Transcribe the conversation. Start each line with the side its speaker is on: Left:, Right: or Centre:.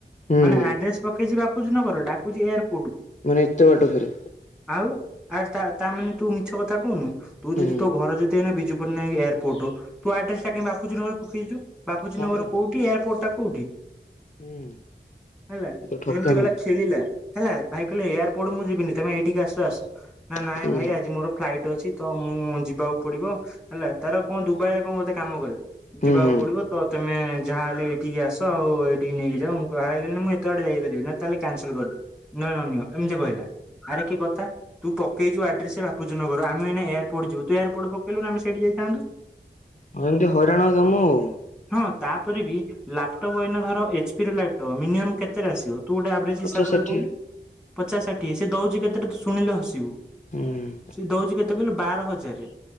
Left: ହୁଁ
Centre: ମାନେ ଆଡ୍ରେସ ପକେଇଛି ବାପୁଜ ନଗର ଡାକୁଛି ଏୟାର?
Left: ମାନେ ଏତେ ବାଟ ଫର
Centre: ଆଉ ଆ ତା ତାମାନେେ ତୁ ମିଛ କଥା କହୁନୁ ତୁ
Left: ହୁଁ
Centre: ଯଦି ତୋ ଘର ଯଦିନା ବିଜୁ ପଟ୍ଟନାୟକ ଏୟାରପୋର୍ଟ ଓ? ତୁ ଆଡ୍ରେସ ଟା କ ବାପୁଜ୍ରୀ ନଗର ପକେଇଛୁ ବାପୁଜ୍ରୀ
Left: ହଁ
Centre: ନଗର
Left: ପା
Centre: କୋଉଠି ଏୟାରପୋର୍ଟ ଟା କୋଉଠି!
Left: ହୁଁ
Centre: ହେଲା
Left: ଗୋଟେ ଠକାମି
Centre: ଏମିତି ଗଲା ଖେଳିଲା ହେଲା ଭାଇ କହିଲେ ଏୟାରପୋର୍ଟ ମୁଁ ଯିବିନି ତମେ ଏଇଠିକି ଆସ ଆସ! ନା ନାଇଁ
Left: ହୁଁ
Centre: ଭାଇ ଆଜି ମୋର ଫ୍ାଇ୍ ଅ ତ ମୁଁ ଯିବାକୁ ପଡିବ ହେଲା ତାର କଣ ଦ ଦୁଭୟରେ କଣ କୋତେ କାମ କରେ
Left: ହୁଁ
Centre: ଯିବାକୁ
Left: ହୁଁ
Centre: ପଡ଼ିବ ତମେ ଯାହା ହେଲେ ଏଇଠିକି ଆସ ଆଉ ଏଇଠି ନେଇକି ଯଅ ମୁଁ ବାହାର ହେଗିଲନି ମୁଁ ଏତେ ଆଡ଼େ ଯାଇପାରିବି ତାହେଲେ କ୍ୟାନସଲକରିଦେଅ ନହେ ନ ନିଅ ଏମିତି କହିଲା ଆରେ କିଏ କଥା ତୁ ପକେଇଛୁ ଦୁଭୟରେ କଣ କୋତେ କାମ କରେ ଯିବାକୁ ପଡ଼ିବ ତମେ ଯାହା ହେଲେ ଏଇଠିକି ଆସ ଆଉ ଏଇଠି ନେଇକି ଯଅ ମୁଁ ବାହାର ହେଗିଲନି ମୁଁ ଏତେ ଆଡ଼େ ଯାଇପାରିବି ତାହେଲେ କ୍ୟାନସଲ୍କରିଦେଅ ନହେ ନ ନିଅ ଏମିତି କହିଲା ଆରେ କିଏ କଥା ତୁ ପକେଇଛୁ ଗର ଆମେ ଏ ଏୟାରପୋର୍ଟ ଯିବୁ ତୁ ଏୟାରପୋର୍ଟ ପକେଇଲୁ ନା ଆମେ ସେଇଠି ଯାଇଥାନ୍ତୁଡନଗର ଆମେ ଏୟାରପୋର୍ଟ ଯିବୁ ତ ଏୟାରପୋର୍ଟ ପକେଇଲୁ ନା ଆମେ ସେଇଠି ଯାଇଥାନ୍ତ
Left: ହଁ ଏମିତି ହଇରାଣ କାମୁ ଆଉ
Centre: ହଁ ତାପରେ ବି ଲାପଟପ୍ ଏଇନା ଧର ଏଚ ପି ର ଲାଇଟ୍ଟପ ମିନିମମ୍ କେତେରେ ଆସିବ! ତୁ ଗୋଟେ ଆଭରେଜ
Left: ପଚାଶ
Centre: ହିସାବ କରି
Left: ଷାଠିଏ
Centre: କହୁୁ ପଚା ଷାିଏ ସେ ଦଉଛି କେତେଟ ସୁନୀିଲ ହସିବୁ
Left: ହୁଁ
Centre: ସେି ଦଉଛି କେତେ ତେ କହିଲେ ବାର ହଜାର